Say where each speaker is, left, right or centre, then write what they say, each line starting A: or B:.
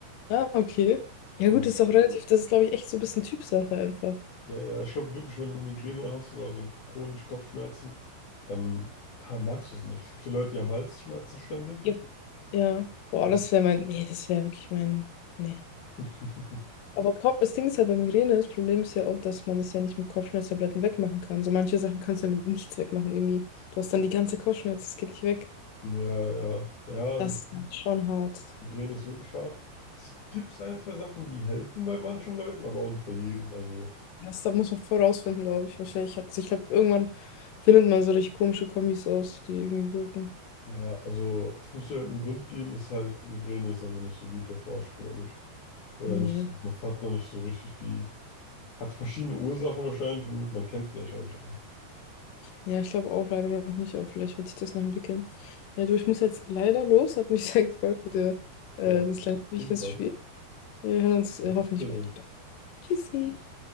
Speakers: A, on the left (about 75°); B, on the left (about 55°).
A: Ah, okay. Ja,
B: und
A: gut, ist auch relativ, das ist, glaube ich, echt so ein bisschen Typsache einfach.
B: Ja, ja, ich glaube wirklich, wenn du Migräne hast oder so chronische Kopfschmerzen, dann ha- magst du es nicht. Es gibt so Leute, die haben Halsschmerzen ständig.
A: Ja. Ja. Boah,
B: Hm.
A: das wäre mein, nee, das wäre wirklich mein, nee.
B: <laughs>
A: Aber Kopf, das Ding ist halt bei Migräne, das Problem ist ja auch, dass man das ja nicht mit Kopfschmerztabletten wegmachen kann. So manche Sachen kannst du ja mit nichts wegmachen irgendwie. Du hast dann die ganze Kopfschmerz, das geht nicht weg.
B: Ja, ja, ja,
A: Das
B: das
A: ist dann schon hart.
B: Migräne ist wirklich hart. Es gibt ein, zwei Sachen, die helfen bei manchen Leuten, aber auch nicht bei jedem. Also,
A: Das, da muss man vorausfinden, glaube ich. Wahrscheinlich hat, ich glaube, irgendwann findet man so richtig komische Kombis aus, die irgendwie wirken.
B: ja, also es muss ja irgendeinen Grund geben, ist halt, Migräne ist einfach nicht so gut erforscht, glaube ich. Oder
A: Nee.
B: nicht so, man hat noch nicht so richtig die, hat verschiedene Ursachen wahrscheinlich und man kennt vielleicht auch nicht alle.
A: Ja, ich glaube auch leider noch nicht, aber vielleicht wird sich das noch entwickeln. Ja, du, ich muss jetzt leider los. Hat mich <laughs> sehr gefreut mit dir,
B: Ja,
A: äh, das kleine Spielchen
B: ebenfalls.
A: zu spielen. Wir hören uns äh,
B: Auf
A: hoffentlich
B: Wiedersehen.
A: bald wieder. Tschüssi.
B: Tschüss.